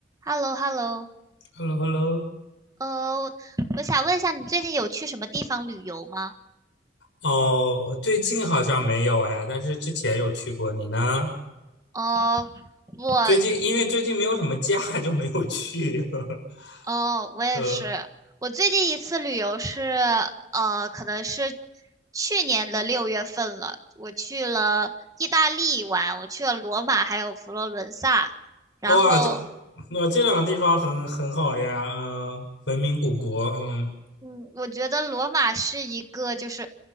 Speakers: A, on the right; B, on the left.
A: h e l l o h e l l o
B: h e l l o h e l l o
A: 呃，我想问一下，你最近有去什么地方旅游吗？
B: 哦，最近好像没有哎，但是之前有去过。你呢？
A: 哦，我，
B: 最近因为最近没有什么假，<laughs> 就没有去。<laughs>
A: 哦，我也是，
B: 呃
A: 我最近一次旅游是，呃，可能是去年的六月份了，我去了意大利玩，我去了罗马还有佛罗伦萨，然后
B: 哇，这那、这两个地方很很好呀，嗯、文明古国，嗯，
A: 嗯，我觉得罗马是一个就是